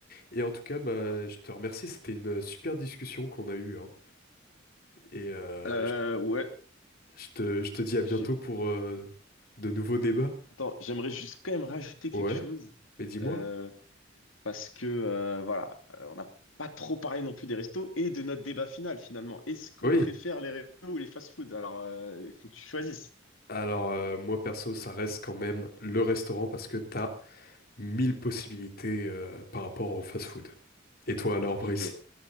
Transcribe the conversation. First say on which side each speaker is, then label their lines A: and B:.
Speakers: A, on the left (about 50°); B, on the left (about 85°).
A: Et en tout cas, bah
B: Voilà.
A: je te remercie, c'était une super discussion qu'on a eue, hein. Et euh,
B: Euh,
A: je,
B: ouais.
A: je te je te dis à
B: Je-
A: bientôt pour euh, de nouveaux débats.
B: Attends, j'aimerais juste quand même rajouter quelque
A: Ouais,
B: chose.
A: mais dis-moi.
B: euh, parce que, euh, voilà, euh, on n'a pas trop parlé non plus des restos et de notre débat final, finalement. Est-ce qu'on
A: Oui.
B: préfère les restos ou les fast-food? Alors, euh, il faut que tu choisisses.
A: Alors euh, moi perso, ça reste quand même le restaurant parce que t'as mille possibilités euh, par rapport au fast-food. Et toi alors, Brice?
B: Ok.